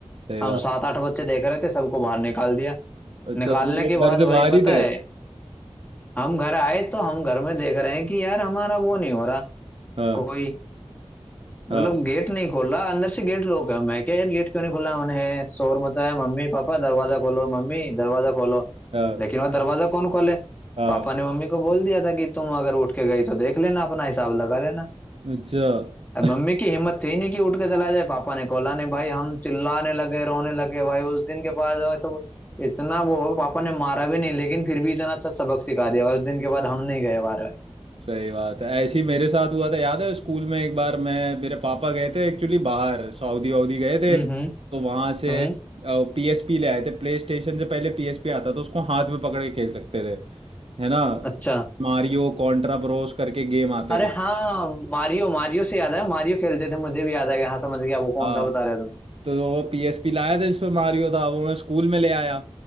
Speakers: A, on the right (about 65°); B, on the left (about 15°).
A: सही
B: हम
A: बात
B: सात आठ बच्चे देख रहे थे सबको बाहर निकाल दिया
A: अच्छा
B: निकालने
A: तो तुम लोग
B: के
A: घर
B: बाद
A: से बाहर
B: भाई पता
A: ही थे
B: है हम घर आए तो हम घर में देख रहे हैं कि यार हमारा वो नहीं हो रहा
A: हाँ
B: कोई मतलब
A: हाँ
B: गेट नहीं खोला अंदर से गेट लॉक है मैं क्या यार गेट क्यों नहीं खोला उन्हें शोर मचाया मम्मी पापा दरवाजा खोलो मम्मी दरवाजा खोलो
A: हाँ
B: लेकिन वह दरवाजा कौन खोले
A: हाँ
B: पापा ने मम्मी को बोल दिया था कि तुम अगर उठ के गई तो देख लेना अपना हिसाब लगा लेना
A: अच्छा
B: अब
A: <laughs>
B: मम्मी की हिम्मत थी नहीं कि उठ के चला जाए पापा ने खोला नहीं भाई हम चिल्लाने लगे रोने लगे भाई उस दिन के बाद वो तो इतना वो पापा ने मारा भी नहीं लेकिन फिर भी इतना अच्छा सबक सिखा दिया उस दिन के बाद हम नहीं गए बार
A: सही बात है ऐसे ही मेरे साथ हुआ था याद है स्कूल में एक बार मैं मेरे पापा गए थे एक्चुअली बाहर सऊदी वऊदी गए थे
B: हम्म हम्म
A: तो वहां से
B: हम्म
A: पीएसपी ले आए थे प्ले स्टेशन से पहले पीएसपी आता तो उसको हाथ में पकड़ के खेल सकते थे है ना
B: अच्छा
A: मारियो कॉन्ट्रा ब्रोस करके गेम आते
B: अरे
A: थे
B: हाँ मारियो मारियो से याद है मारियो खेलते थे मुझे भी याद आ गया हाँ समझ गया वो कौन
A: हाँ
B: सा बता रहे हो तुम
A: तो वो पीएसपी लाया था इसमें मारियो था वो मैं स्कूल में ले आया